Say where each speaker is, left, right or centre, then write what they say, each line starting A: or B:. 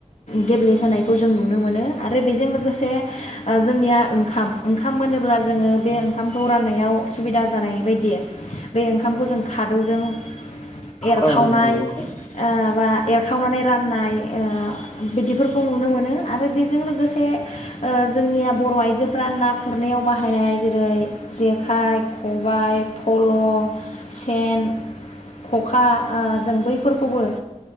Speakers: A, on the left; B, on the left.
A: गेब्लेहोनायखौ जों नुनो मोनो आरो बेजों लोगोसे ओ जोंनिया ओंखाम ओंखाम मोनोब्ला जोङो बे ओंखामखौ राननायाव सुबिदा जानाय बायदि बे ओंखामखौ जों खादौजों एरखावनाय
B: औ नंगौ
A: ओ
B: नोंथां
A: बा एर खावनानै राननाय ओ बिदिफोरखौ नुनो मोनो। आरो बेजों लोगोसे ओ जोंनिया बर' आइजोफोरा ना गुरनायाव बाहायनाय जेरै जेखाइ खबाय फल सेन खखा ओ जों बैफोरखौबो ओ